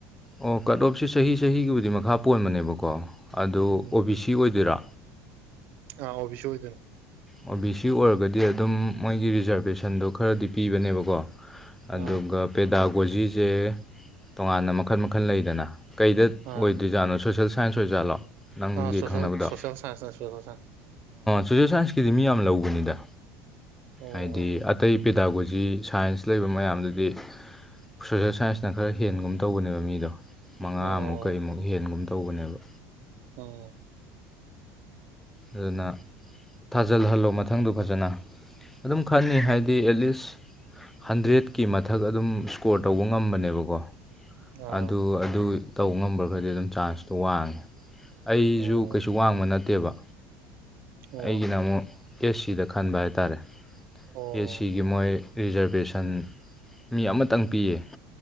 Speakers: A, in the centre; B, on the right (about 50°).
A: ꯑꯣ ꯀꯠ ꯑꯣꯞꯁꯦ ꯆꯍꯤ ꯆꯍꯤꯒꯤꯕꯨꯗꯤ ꯃꯈꯥ ꯄꯣꯟꯕꯅꯦꯕꯀꯣ ꯑꯗꯣ
B: ꯎꯝ
A: ꯑꯣ ꯕꯤ ꯁꯤ ꯑꯣꯏꯗꯣꯏꯔꯥ
B: ꯑꯥ ꯑꯣ ꯕꯤ ꯁꯤ ꯑꯣꯏꯗꯣꯢꯅꯤ
A: ꯑꯣ ꯕꯤ ꯁꯤ ꯑꯣꯏꯔꯒꯗꯤ ꯑꯗꯨꯝ ꯃꯣꯏꯒꯤ ꯔꯤꯖꯥꯔꯕꯦꯁꯟꯗꯣ ꯈꯔꯗꯤ ꯄꯤꯕꯅꯦꯕꯀꯣ ꯑꯗꯨꯒ
B: ꯑꯥ
A: ꯄꯦꯗꯥꯒꯣꯖꯤꯁꯦ ꯇꯣꯉꯥꯟꯅ ꯃꯈꯜ ꯃꯈꯜ ꯂꯩꯗꯅ ꯀꯩꯗ
B: ꯑꯥ
A: ꯑꯣꯏꯗꯣꯏꯔꯤꯖꯥꯠꯅꯣ ꯁꯣꯁꯦꯜ ꯁꯥꯏꯟꯁ ꯑꯣꯏꯖꯥꯠꯂꯣ ꯅꯪꯒꯤ
B: ꯑ ꯁꯣ
A: ꯈꯪꯅꯕꯗꯣ
B: ꯁꯣꯌꯦ ꯁꯟꯁ ꯁꯣꯦꯜ ꯁꯥꯏꯁ
A: ꯁꯣꯁꯦꯜ ꯁꯥꯏꯟꯁꯀꯤꯗꯤ ꯃꯤ ꯌꯥꯝ ꯂꯧꯕꯅꯤꯗ
B: ꯑꯣ
A: ꯍꯥꯏꯗꯤ ꯑꯇꯩ ꯄꯦꯗꯥꯒꯣꯖꯤ ꯁꯥꯏꯟꯁ ꯂꯩꯕ ꯃꯌꯥꯝꯗꯨꯗꯤ ꯁꯣꯁꯦꯜ ꯁꯥꯏꯟꯁꯅ ꯈꯔ ꯍꯦꯟꯒꯨꯝ ꯇꯧꯕꯅꯦꯕ ꯃꯤꯗꯣ ꯃꯉꯥꯃꯨꯛ
B: ꯑꯣ
A: ꯀꯩꯃꯨꯛ ꯍꯦꯟꯒꯨꯝ ꯇꯧꯕꯅꯦꯕ
B: ꯑꯣ
A: ꯑꯗꯨꯅ ꯊꯥꯖꯜꯍꯜꯂꯣ ꯃꯊꯪꯗꯣ ꯐꯖꯅ ꯑꯗꯨꯝ ꯈꯪꯅꯤ ꯍꯥꯏꯕꯗꯤ ꯑꯦꯠꯂꯤꯁ ꯍꯟꯗ꯭ꯔꯦꯠꯀꯤ ꯃꯊꯛ ꯑꯗꯨꯝ ꯁ꯭ꯀꯣꯔ ꯇꯧꯕ ꯉꯝꯕꯅꯦꯕꯀꯣ
B: ꯑꯥ
A: ꯑꯗꯨ ꯑꯗꯨ ꯇꯧ ꯉꯝꯕ ꯈꯩꯗꯤ ꯑꯗꯨꯝ ꯆꯥꯟꯁꯇꯣ ꯋꯥꯡꯉꯦ ꯑꯩꯁꯨ
B: ꯑꯣ
A: ꯀꯩꯁꯨ ꯋꯥꯡꯕ ꯅꯠꯇꯦꯕ
B: ꯑꯣ
A: ꯑꯩꯒꯤꯅ ꯑꯃꯨꯛ ꯑꯦꯁ ꯁꯤꯗ ꯈꯟꯕ ꯍꯥꯏꯇꯥꯔꯦ
B: ꯑꯣ
A: ꯑꯦꯁ ꯁꯤꯒꯤ ꯃꯣꯏ ꯔꯤꯖꯔꯕꯦꯁꯟ ꯃꯤ ꯑꯃꯇꯪ ꯄꯤꯌꯦ